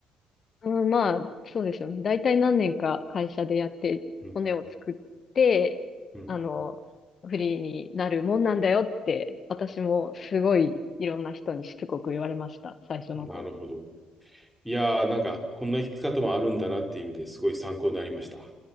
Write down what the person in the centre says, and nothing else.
うん、
うん。
なるほど。いやー、なんか、こんな弾き方もあるんだなっていう意味ですごい参考になりました。